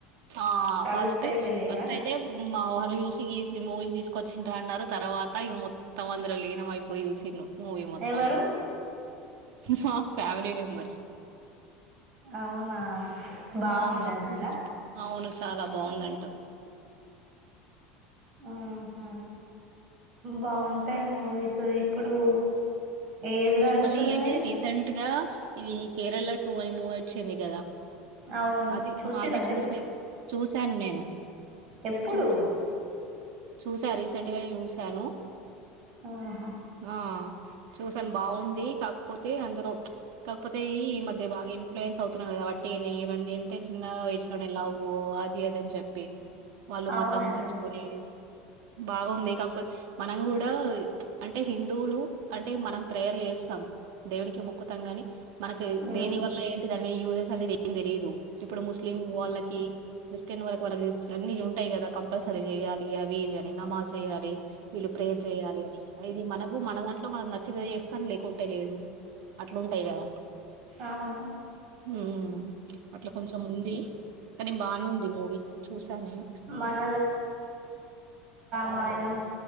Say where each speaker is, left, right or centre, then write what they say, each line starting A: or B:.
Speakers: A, on the right; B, on the right.
A: ఆ
B: కలిసే
A: ఫస్ట్,
B: వెళ్ళిరా
A: ఫస్ట్ అయితే ఉమ్ మా వాళ్ళు చూసి, ఈ మూవీకి తీసుకొచ్ ఇంక అన్నరు తర్వాత, ఇగ మొత్తం అందులో లీనమయిపోయి చూసిన్రు. మూవి మొత్తం
B: ఎవరు
A: ఇగా మా ఫ్యామిలీ మెంబర్స్.
B: అవునా? బాగుందన్నరా?
A: ఆ! వస్తది. అవును. చాలా బాగుందంట.
B: ఆ హ, బాగుంటయ్ మూవీస్. సో, ఇప్పుడు. ఏది
A: నేను
B: నడుస్తుంది
A: మళ్ళీ ఏంటిది,
B: మరి
A: రీసెంట్ గా. ఇది కేరళ టూ అని మూవీ వచ్చింది కదా
B: అవును
A: అది
B: చూసిర్రా
A: అది చూసా
B: మీరు
A: చూసాను నేను
B: ఎప్పుడు
A: చూస చూసా రీసెంట్ గా నే చూసాను
B: ఆహా
A: ఆ చూస్ తను బాగుంది కాకపోతే అందలో కాకపోతే ఈ మధ్య బాగా ఇన్ఫ్లుయెన్స్ అవుతున్నారు కదా వాటి ఏమన్ని టే చిన్నగ వయసులోనే లవ్వు అద్ ది అదని చెప్పి వాళ్ళు మతం
B: అవునండి
A: మార్చుకొని బాగుంది కాకపోతే మనం కూడా అంటే హిందువులు అంటే మనం ప్రేయర్ చేస్తాం దేవునికి మొక్కుతాం గాని మనకు
B: ఉమ్
A: దేని వల్ల ఏంటిదన్ ని యూజెస్ అన్ని <unintelligible> తెలిదు ఇప్పుడు ముస్లిం వాళ్ళకి క్రిస్టియన్ వాళ్ళకి వాళ్ళ <unintelligible> అన్ని ఉంటాయి కదా కంపల్సరీ చేయాలి అవి ఇవి అని నమాజ్ చేయాలి వీళ్ళు ప్రేయర్ చేయాలి అని ఇది మనకు మన దాంట్లో మనంగ చి చేయిస్తాను లేకుంటే లేదు అట్లుంటయి కదా
B: అవును
A: ఉమ్మ్ అట్లా కొంచెం ఉంది కానీ బానుంది మూవీ చూసా నేను
B: మన మాయణం